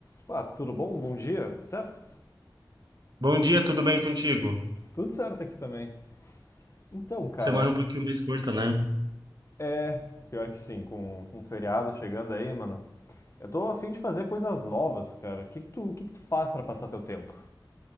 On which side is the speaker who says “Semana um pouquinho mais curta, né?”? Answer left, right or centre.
Right